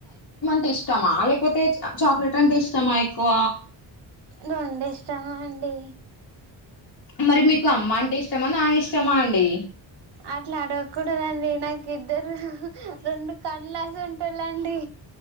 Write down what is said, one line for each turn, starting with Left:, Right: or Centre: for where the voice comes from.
Left: పే ఇష్టమా లేకపోతే చాక్లెట్ అంటే ఇష్టమా ఎక్కువ
Right: రెండూ ఇష్టమే అండి
Left: మరి మీకు అమ్మ అంటే ఇష్టమా నాని ష్టమా అండి
Right: అట్లా అడగకూడదండి నాకు ఇద్దరు రెండు కండ్లసంటోళ్ళండి